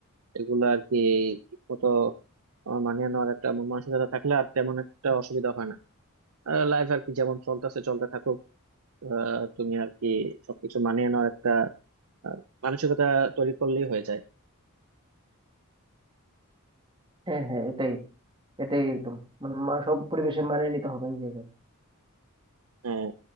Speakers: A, on the right; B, on the right.
A: এগুলো আর কি ঠিক মতো আমার মানিয়ে নেওয়ার একটা মন মানসিকতা থাকলে আর তেমন একটা অসুবিধা হয় না লাইফ আর কি যেমন চলতেছে চলতে থাকুক আহ, তুমি আর কি সবকিছু মানিয়ে নেওয়ার একটা আহ, মানসিকতা তৈরি করলেই হয়ে যায়
B: হ্যাঁ হ্যাঁ এটাই এটাই একদম মানে মা- সব পরিবেশে মানিয়ে নিতে হবে নিজেকে
A: হ্যাঁ